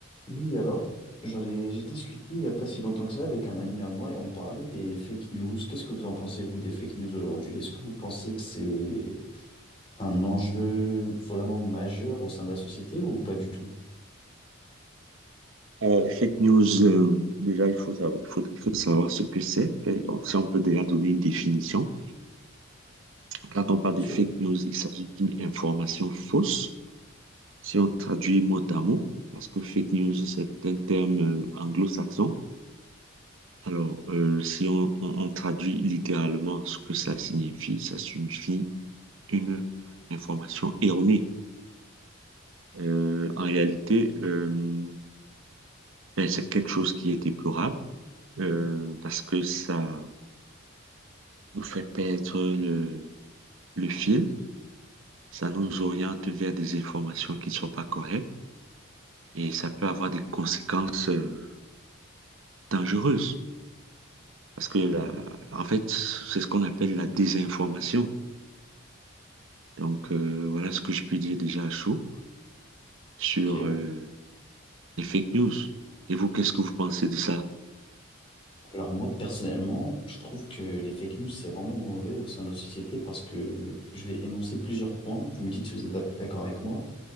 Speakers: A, on the left; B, on the right.
A: Oui, alors, j'en ai j'ai discuté il n'y a pas si longtemps que ça avec un ami à moi et on parlait des fake news. Qu'est-ce que vous en pensez, vous, des fake news aujourd'hui? Est-ce que vous pensez que c'est un enjeu vraiment majeur au sein de la société ou pas du tout?
B: Alors, les fake news, euh, déjà, il faut savoir, il faut, il faut savoir ce que c'est. Et on- Si on peut déjà donner une définition. Quand on parle de
A: Sûr.
B: fake news, il s'agit d'une information fausse. Si on traduit mot à mot, parce que fake news, c'est un terme euh, anglo-saxon. Alors, euh, si on, on- on traduit littéralement ce que ça signifie, ça signifie une information erronée. Euh, en réalité, euh, ben, c'est quelque chose qui est déplorable euh, parce que ça nous fait perdre le, le fil, ça nous oriente vers des informations qui ne sont pas correctes et ça peut avoir des conséquences euh, dangereuses. Parce que, la- en fait, c'est ce qu'on appelle la désinformation. Donc, euh, voilà ce que je peux dire déjà à chaud sur
A: Ok.
B: euh, les fake news. Et vous, qu'est-ce que vous pensez de ça?
A: Alors moi, personnellement, je trouve que les fake news, c'est vraiment mauvais au sein de la société parce que je vais énoncer plusieurs points. Vous me dites si vous êtes d'accord avec moi.